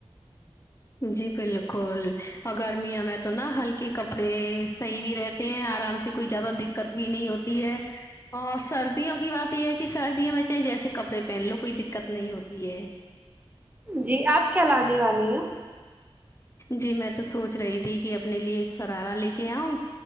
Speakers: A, on the left; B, on the right.
A: جی بالکل اگرمیاں میں تو نہا ہلکے کپڑے صحیح بھی رہتے آرام سے کوئی زیادہ دقت بھی نہیں ہوتی ہے اور سردیوں کی بات یے ہے کی سردیوں میں چاہ جیسے کپڑے پہن لو کوئی دقت نہیں ہوتی ہے
B: جی آپ کیا لانے والی ہیں
A: جی میں تو سوچ رہی تھی کی اپنے لیے ایک سرارا لے کے آؤں